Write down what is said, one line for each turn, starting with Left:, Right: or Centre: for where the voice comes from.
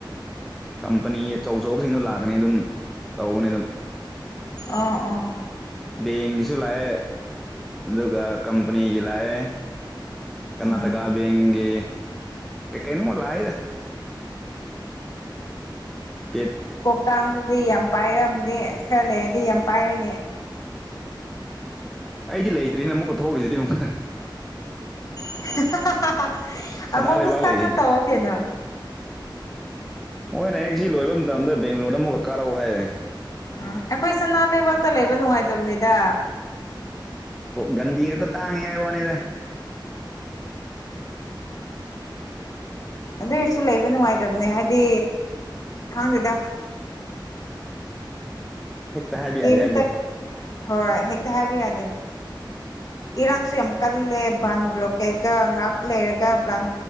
Centre: ꯀꯝꯄꯅꯤ ꯑꯆꯧ ꯑꯆꯧꯕꯁꯤꯡꯗꯣ ꯂꯥꯛꯀꯅꯤ ꯑꯗꯨꯝ ꯇꯧꯕꯅꯤ ꯑꯗꯨꯝ
Left: ꯑꯥ ꯑꯥ
Centre: ꯕꯦꯡꯒꯤꯁꯨ ꯂꯥꯛꯑꯦ ꯑꯗꯨꯒ ꯀꯝꯄꯅꯤꯒꯤ ꯂꯥꯛꯑꯦ ꯀꯔꯅꯥꯇꯀꯥ
Left: ꯑꯥ
Centre: ꯕꯦꯡꯒꯦ ꯀꯩ ꯀꯩꯩꯅꯣ ꯂꯥꯑꯦꯗ ꯀꯦꯠ
Left: ꯀꯧꯇꯥꯡꯗꯨꯗꯤ ꯌꯥꯝ ꯄꯥꯏꯔꯝꯅꯦ ꯈꯔ ꯂꯩꯔꯗꯤ ꯌꯥꯝ ꯄꯥꯏꯔꯅꯤ
Centre: ꯑꯩꯗꯤ ꯂꯩꯇ꯭ꯔꯤꯅ ꯑꯃꯨꯛꯀ ꯊꯣꯛꯎꯔꯤꯁꯤꯗꯤ ꯑꯃꯨꯛꯀ
Left: ꯑꯍꯥꯍꯥꯍꯥꯍꯥ
Centre: ꯁꯅꯥ
Left: ꯑꯃꯨꯀ
Centre: ꯂꯩꯕꯥꯛ
Left: ꯆꯪꯉ
Centre: ꯂꯩꯔꯤꯁꯤꯗꯤ
Left: ꯇꯧꯑꯣ ꯀꯩꯅꯣ
Centre: ꯃꯣꯏꯅ ꯍꯦꯛ ꯁꯤ ꯂꯣꯏꯕ ꯃꯇꯝꯗ ꯕꯦꯡꯒꯂꯣꯔꯗ ꯑꯃꯨꯛꯀꯛ ꯀꯥꯔꯛꯎ ꯍꯥꯏꯌꯦ
Left: ꯎꯝ ꯑꯩꯈꯣꯏ ꯁꯅꯥ ꯂꯩꯕꯥꯛꯇ ꯂꯩꯕ ꯅꯨꯡꯉꯥꯏꯇꯕꯅꯤꯗ
Centre: ꯒꯟꯗꯤꯒꯛꯇ ꯇꯥꯡꯉꯦ ꯍꯥꯏ ꯋꯥꯅꯤꯗ
Left: ꯑꯗꯨꯏꯔꯁꯨ ꯂꯩꯕ ꯅꯨꯡꯉꯥꯏꯇꯕꯅꯦ ꯍꯥꯏꯗꯤ ꯈꯪꯗꯦꯗ
Centre: ꯍꯦꯛꯇ ꯍꯥꯏꯕ
Left: ꯀꯝꯇ
Centre: ꯌꯥꯗꯦ ꯍꯥꯏꯕꯗꯣ
Left: ꯍꯣꯏ ꯍꯦꯛꯇ ꯍꯥꯏꯕ ꯌꯥꯗꯦ ꯏꯔꯥꯡꯁꯨ ꯌꯥꯝ ꯀꯜꯂꯦ ꯕꯟ ꯕ꯭ꯂꯣꯀꯦꯠꯀ ꯉꯥꯏꯍꯥꯛ ꯂꯩꯔꯒ ꯕꯟ